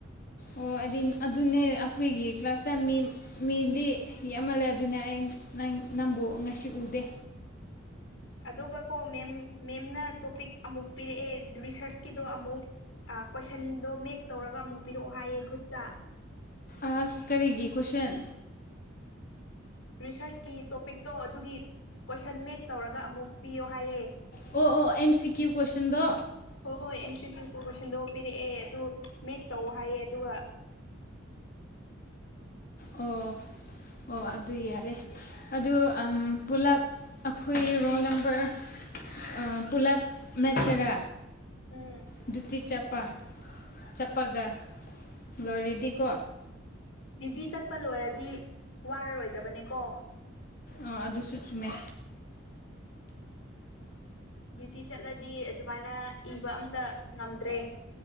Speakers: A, on the left; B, on the left.
A: ꯑꯣ ꯑꯩꯗꯤ ꯑꯗꯨꯅꯦ ꯑꯩꯈꯣꯏꯒꯤ ꯀ꯭ꯂꯥꯁꯇ ꯃꯤ ꯃꯤꯗꯤ ꯌꯥꯝꯃꯜꯂꯦ ꯑꯗꯨꯅꯦ ꯑꯩ ꯅꯪ ꯅꯪꯕꯨ ꯉꯁꯤ ꯎꯗꯦ
B: ꯑꯗꯨꯒ ꯀꯣ ꯃꯦꯝ ꯃꯦꯝꯅ ꯇꯣꯄꯤꯛ ꯑꯃꯨꯛ ꯄꯤꯔꯛꯑꯦ ꯔꯤꯁꯔꯁꯀꯤꯗꯣ ꯑꯃꯨꯛ ꯀꯣꯏꯁꯟꯗꯣ ꯃꯦꯛ ꯇꯧꯔꯒ ꯑꯃꯨꯛ ꯄꯤꯔꯛꯑꯣ ꯍꯥꯏꯌꯦ ꯒ꯭ꯔꯨꯞꯇ
A: ꯑꯥꯁ ꯀꯔꯤꯒꯤ ꯀꯣꯏꯁꯟ
B: ꯔꯤꯁ꯭ꯔꯁꯀꯤ ꯇꯣꯄꯤꯛꯇꯣ ꯑꯗꯨꯒꯤ ꯀꯣꯏꯁꯟ ꯃꯦꯛ ꯇꯧꯔꯒ ꯑꯃꯨꯛ ꯄꯤꯌꯣ ꯍꯥꯏꯌꯦ
A: ꯑꯣ ꯑꯣ ꯑꯦꯝ ꯁꯤ ꯀ꯭ꯌꯨ ꯀꯣꯏꯁꯁꯟꯗ
B: ꯍꯣꯏ ꯍꯣꯏ ꯑꯦꯝ ꯁꯤ ꯇꯨ ꯄꯣ ꯀꯣꯏꯁꯟꯗꯣ ꯄꯤꯔꯛꯑꯦ ꯑꯗꯨ ꯃꯦꯛ ꯇꯧ ꯍꯥꯏꯌꯦ ꯑꯗꯨꯒ
A: ꯑꯣ ꯑꯣ ꯑꯗꯨ ꯌꯥꯔꯦ ꯑꯗꯨ ꯑꯥ ꯄꯨꯂꯞ ꯑꯩꯈꯣꯏ ꯔꯣꯜ ꯅꯝꯕꯔ ꯑꯥ ꯄꯨꯂꯞ ꯃꯦꯠꯁꯤꯔꯥ
B: ꯎꯝ
A: ꯑꯗꯨꯇꯤ ꯆꯞꯄ ꯆꯞꯄꯒ ꯂꯣꯏꯔꯗꯤꯀꯣ
B: ꯗ꯭ꯌꯨꯇꯤ ꯆꯠꯄ ꯂꯣꯏꯔꯗꯤ ꯋꯥꯔꯔꯣꯏꯗꯕꯅꯦꯀꯣ
A: ꯑꯥ ꯑꯗꯨꯁꯨ ꯆꯨꯝꯃꯦ
B: ꯗ꯭ꯌꯨꯇꯤ ꯆꯠꯂꯗꯤ ꯑꯗꯨꯃꯥꯏꯅ ꯏꯕ ꯑꯝꯇ ꯉꯝꯗ꯭ꯔꯦ